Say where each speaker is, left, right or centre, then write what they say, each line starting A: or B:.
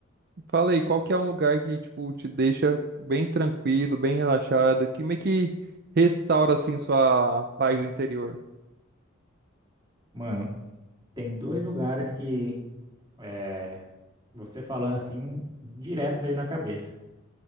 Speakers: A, on the right; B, on the right.
A: Fala aí, qual que é um lugar que, tipo, te deixa bem tranquilo, bem relaxado, que meio que restaura, assim, sua paz interior?
B: mano, tem dois lugares que. É, você falando assim, direto veio na cabeça.